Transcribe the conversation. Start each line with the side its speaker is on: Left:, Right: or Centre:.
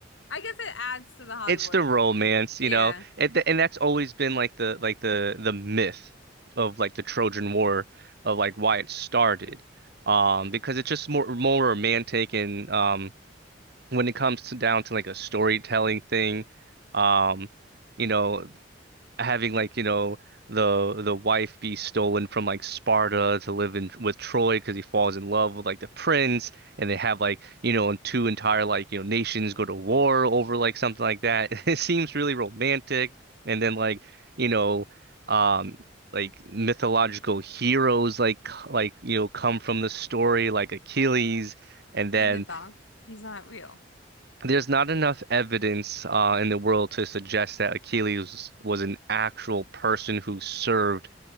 Left: I guess it adds to the Hollywood.
Right: It's the romance,
Left: Yeah.
Right: you know, and th and that's always been like the like the the myth of like the Trojan War of like why it started, um, because it's just more more romantic and um when it comes to down to like a storytelling thing, um, you know, having like, you know, the the wife be stolen from like Sparta to live in with Troy because he falls in love with like the prince and they have like, you know, and two entire like, you know, nations go to war over like something like that. <laughs> It seems really romantic. And then like, you know, um like mythological heroes like c- like you know come from the story like Achilles and
Left: He's
Right: then
Left: mythologized. He's not real.
Right: there's not enough evidence uh, in the world to suggest that Achilles was an actual person who served